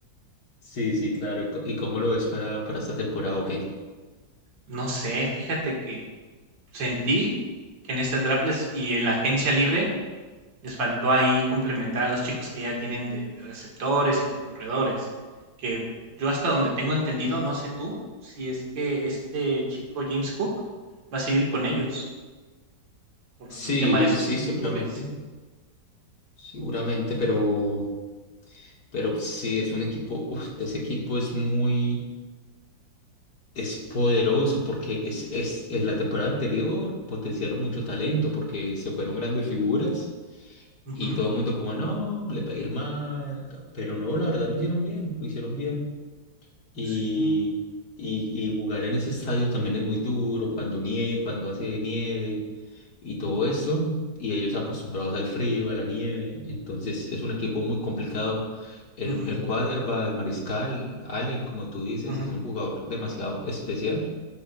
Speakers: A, on the left; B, on the right.
A: Sí, sí, claro. ¿Y, co- y cómo lo ves para, para esta temporada o qué?
B: No sé, fíjate que sentí que en este draft les- y en la agencia libre Les faltó ahí complementar a los chicos que ya tienen de, de receptores y de corredores, que yo hasta donde tengo entendido, no sé tú, si es que este chico James Cook va a seguir con ellos por
A: Sí,
B: el tema de sus
A: sí,
B: actitudes.
A: seguramente. Seguramente, pero, pero sí, es un equipo, uf, ese equipo es muy, es poderoso porque es, es, en la temporada anterior potenciaron mucho talento porque se fueron grandes figuras
B: Ujú,
A: y todo el mundo como, no, les va a ir mal, pero no, la verdad lo hicieron bien, lo hicieron bien. Y,
B: Sí.
A: y, y jugar en ese estadio también es muy duro cuando nieve, cuando hace nieve y todo eso. Y ellos acostumbrados al frío, a la nieve. Entonces es un equipo muy complicado. El,
B: ujú,
A: el quarterback, el mariscal, Allen, como tú dices,
B: ujú,
A: es un jugador demasiado especial,